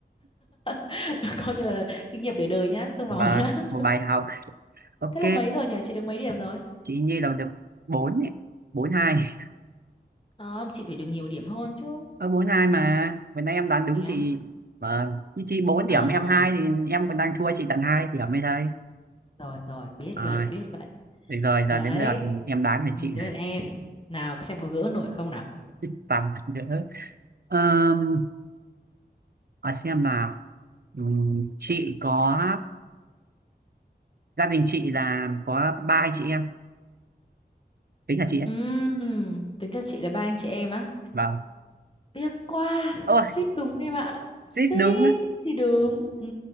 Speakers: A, on the left (about 30°); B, on the right (about 60°).
A: <laughs> coi như là kinh nghiệm để đời nhá xương
B: và
A: máu nhá
B: một
A: <laughs>
B: bài học ok
A: thế là mấy rồi nhỉ chị được mấy điểm rồi
B: chị Nhi là được bốn ấy. bốn hai
A: không chị phải được nhiều điểm hơn chứ
B: ở bốn hai mà vừa nãy em đoán đúng
A: nhá
B: chị vâng như chị bốn điểm
A: à
B: em hai thì em còn đang thua chị tận hai điểm mới đây
A: rồi rồi biết
B: à,
A: vậy biết vậy
B: được rồi giờ
A: đấy
B: đến lượt em đoán về
A: ừ,
B: chị
A: thế
B: này.
A: là em nào xem có gỡ nổi không nào
B: thích tắm nữa Ờm, hỏi xem nào Ừm, chị có gia đình chị là có ba anh chị em tính là chị ấy
A: Ừm, tính cho chị là ba anh chị em á
B: vâng
A: Tiếc quá,
B: ôi
A: suýt đúng em ạ. Suýt
B: xít đúng á
A: thì đúng. Ừ.